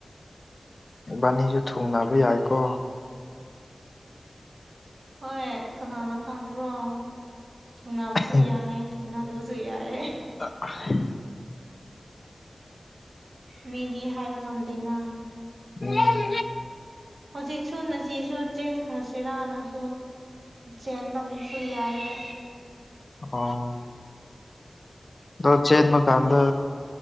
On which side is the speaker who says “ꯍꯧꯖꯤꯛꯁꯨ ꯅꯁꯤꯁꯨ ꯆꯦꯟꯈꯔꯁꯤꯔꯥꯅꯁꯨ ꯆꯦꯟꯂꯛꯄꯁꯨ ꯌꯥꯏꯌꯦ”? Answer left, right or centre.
Right